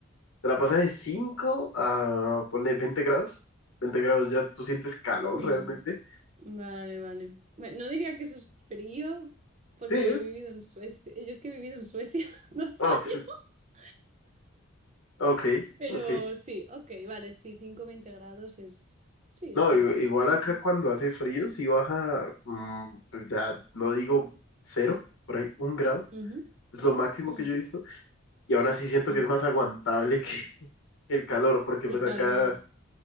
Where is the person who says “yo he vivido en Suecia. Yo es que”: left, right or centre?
Right